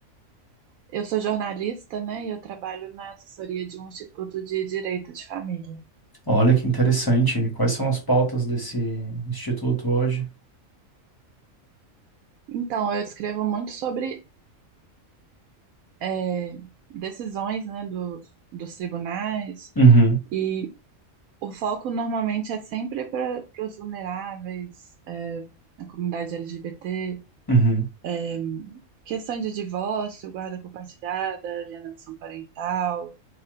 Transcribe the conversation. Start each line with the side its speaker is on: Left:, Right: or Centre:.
Right: Eu sou jornalista, né? E eu trabalho na assessoria de um instituto de direito de família.
Left: Olha que interessante. Quais são as pautas desse instituto hoje?
Right: Então, eu escrevo muito sobre eh, decisões, né, dos, dos tribunais.
Left: uhum,
Right: E o foco normalmente é sempre para os vulneráveis, é, a comunidade LGBT,
Left: uhum.
Right: é, questões de divórcio, guarda compartilhada, alienação parental.